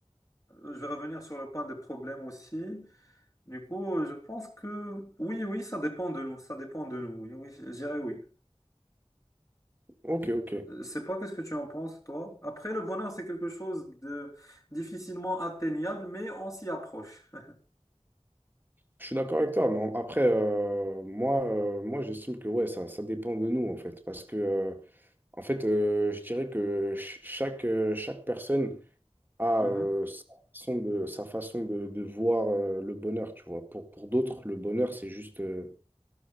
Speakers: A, on the left; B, on the right.
A: euh, Je vais revenir sur le point des problèmes aussi. Du coup, euh, je pense que oui, oui, ça dépend de nous. Ça dépend de nous. Oui, oui, je dirais oui.
B: Ok, ok.
A: Je sais pas qu'est-ce que tu en penses, toi. Après, le bonheur, c'est quelque chose de difficilement atteignable, mais on s'y approche. <laughs>
B: Je suis d'accord avec toi, mais en- après, euh, moi, euh, moi j'estime que ouais, ça, ça dépend de nous, en fait. Parce que, euh, en fait, euh, je dirais que ch- chaque, euh, chaque personne a
A: Mhm.
B: euh, sa façon de, sa façon de, de voir euh, le bonheur, tu vois. Pour, pour d'autres, le bonheur, c'est juste, euh,